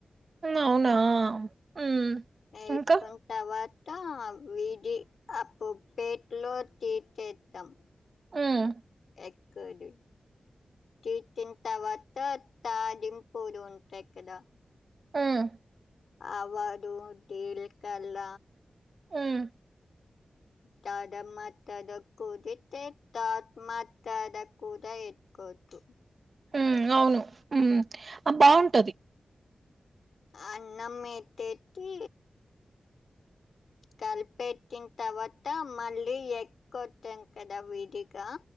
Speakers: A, on the right (about 55°); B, on the left (about 80°).
A: అవునా మ్
B: ఎస్కున్
A: ఇంకా
B: తవాత విడి ఆ పొప్పేట్లో తీర్చేతం
A: మ్
B: ఎగ్ కర్రీ తిచిన్ తవత తాదిగ్ పొడి ఉంటాయ్ కదా
A: హ్మ్
B: అవాడు దీల్కల్ల
A: మ్
B: తద మాతడ కూదితే త మాతడ కూదై ఎట్కోచు
A: మ్ అవును మ్ బావుంటది
B: అన్నం ఎట్టేటీ కల్పెట్టిన్ తవత మళ్ళీ ఎగ్కొట్టం కదా విడిగా